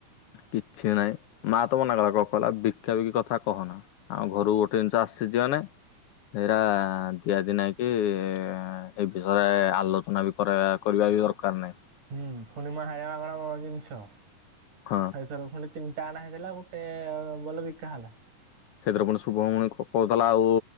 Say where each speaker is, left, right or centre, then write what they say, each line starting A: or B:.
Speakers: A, on the left; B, on the right.
A: କିଛି ନାହିଁ ମା ତ ମନା କଲା କ କହଲା ବିକ୍ଷାବିକ୍ କଥା କହନା। ଆଉ ଘରୁକୁ ଗୋଟେ ଜିନିଷ ଆସିଛି ଯିବ ମାନେ ଏଇରା ଦିଆଦି ନାହିଁ କି ଏ ବିଷୟରେ ଆଲୋଚନା ବି କରେଇବା କରିବା ବି ଦରକାର ନାହିଁ।
B: ହୁଁ ଫୁଣି <unintelligible> ଜିନିଷ।
A: ହଁ।
B: <unintelligible> ଖଣ୍ଡେ ତିନିଟା ଅଣହେଇଥିଲା ଗୋଟେ ବଲ ବିକା ହେଲା।
A: ସେଥିରେ ପୁଣି ଶୁଭମଣି କହୁଥିଲା ଆଉ